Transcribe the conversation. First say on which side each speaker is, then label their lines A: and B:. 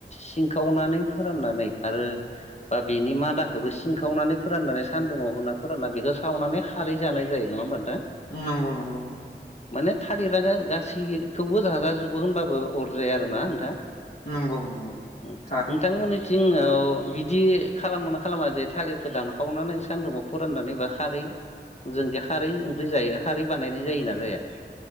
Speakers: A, on the left; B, on the left.
A: सिंखावनानै फोराननानै आरो बा बेनि मादाखौबो सिंखावनानै फोराननानै सानदुुंआव होनना फोरानना बेखौ सावनानै खारै जानाय जायो। नङा होमबा नोंथां?
B: नंगौ नंगौ।
A: माने थालिरा गा-गासैखौबो जाजाजोबो होनबाबो अर जाया आरोना नोंथां?
B: नंगौ नंगौ
A: उम
B: थार
A: नोंथांमोननि थिं अ बिदि खालामो खालामा जे थालिरखौ दानखावनानै सान्दुङाव फोराननानै बा खारै जोंदि खारै ओंख्रि जायो खारै बानायनाय जायोना जाया?